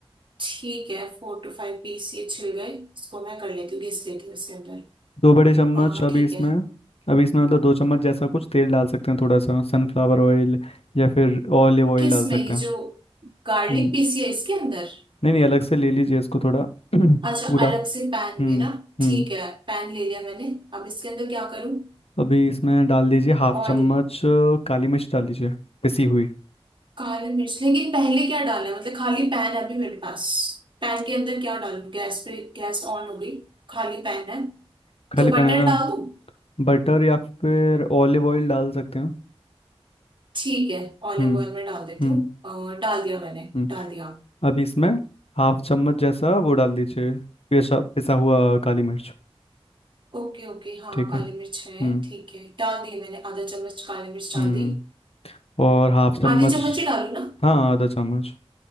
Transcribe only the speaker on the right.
ठीक है फोर टू फाइव पीस ये छिल गए इसको मैं कर लेती हूँ घिस लेती हूँ इसके अंदर
हाँ
ठीक
है
किस
में
ये
जो गार्लिक
पीसी है इसके अंदर
अच्छा अलग से पैन
में ना
ठीक है पैन ले लिया मैंने अब इसके अंदर क्या करूँ
ऑयल
काली मिर्च लेकिन पहले क्या डालना है मतलब खाली पैन है अभी मेरे पास पैन के अंदर क्या डालूं गैस पे गैस ऑन हो गई खाली पैन है
तो
बटर डाल दूं
ठीक है ऑलिव
ऑयल में डाल देती
हूँ अ, डाल दिया मैंने
डाल दिया
ओके ओके हाँ
काली
मिर्च
है ठीक है डाल दी मैंने आधा चम्मच काली मिर्च
डाल दी
आधी चम्मच ही डालू ना